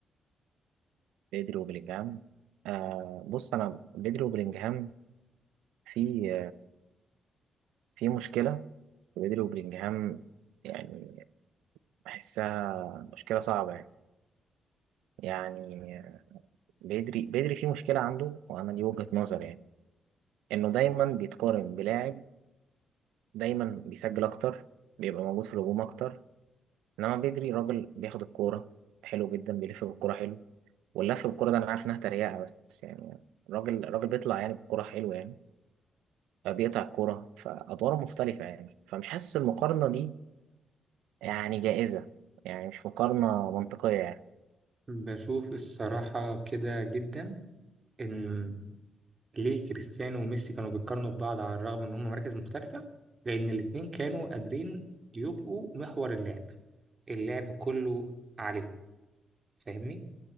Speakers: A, on the right (about 85°); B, on the right (about 40°).
A: بدري وبلينجهام آه بص انا بدري وبلينجهام في في مشكلة في بدري وبلينجهام يعني بحسها مشكلة صعبة يعني يعني بدري بدري في مشكلة عنده وانا دي وجهة نظري يعني انه دايما بيتقارن بلاعب دايما بيسجل اكتر بيبقى موجود في الهجوم اكتر انما بدري راجل بياخد الكورة حلو جدا بيلف بالكورة حلو واللف بالكوره ده انا عارف انها تريقه بس يعني الراجل الراجل بيطلع يعني بالكوره حلوه يعني آه، بيقطع الكوره فادواره مختلفه يعني فمش حاسس المقارنه دي يعني جائزه يعني مش مقارنه منطقيه يعني
B: بشوف الصراحة كده جدا إن ليه كريستيانو وميسي كانوا بيتقارنوا ببعض على الرغم إن هم مراكز مختلفة لأن الاتنين كانوا قادرين يبقوا محور اللعب اللعب كله عليه فاهمني؟